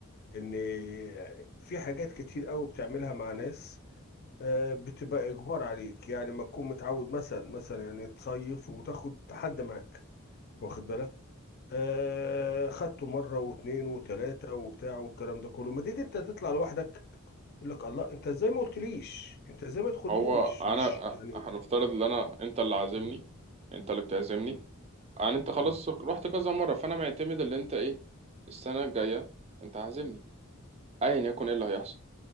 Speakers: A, on the left (about 50°); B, on the right (about 30°).
A: ان في حاجات كتير قوي بتعملها مع ناس آه، بتبقى اجبار عليك يعني ما تكون متعود مثلا مثلا يعني تصيف وتاخد حد معاك واخد بالك آه خدته مرة واتنين وتلاتة وبتاع والكلام ده كله ما تيجي انت تطلع لوحدك يقول لك الله انت ازاي ما قلتليش انت ازاي ما تاخدنيش
B: هو أنا
A: مش يعني
B: هنفترض إن أنا أنت اللي عازمني
A: يعني
B: أنت اللي بتعزمني
A: مم.
B: أنا أنت خلاص
A: مم.
B: رحت كذا مرة فأنا معتمد اللي أنت إيه السنة الجاية أنت عازمني أيا يكن إيه اللي هيحصل